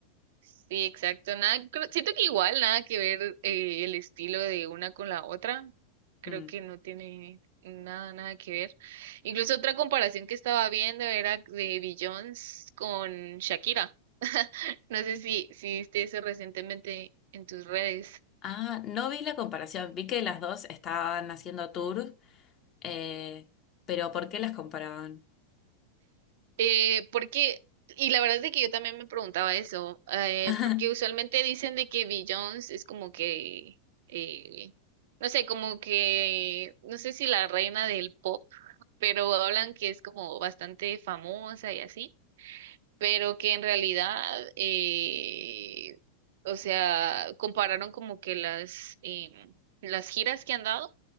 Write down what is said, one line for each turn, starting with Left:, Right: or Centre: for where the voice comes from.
Right: Sí, exacto. Nada, creo- siento que igual nada que ver eh, el estilo de una con la otra. Creo
Left: Mm.
Right: que no tiene nada, nada que ver. Incluso otra comparación que estaba viendo era de Beyoncé con Shakira. <laughs> No sé si, si viste eso recientemente en tus redes.
Left: Ah, no vi la comparación. Vi que las dos estaban haciendo tours, eh, pero ¿por qué las comparaban?
Right: Eh, porque, y la verdad es de que yo también me preguntaba eso, eh,
Left: <laughs>
Right: porque usualmente dicen de que Beyoncé es como que, eh, no sé, como que, no sé si la reina del pop pero hablan que es como bastante famosa y así, pero que en realidad, eh, o sea, compararon como que las, eh, las giras que han dado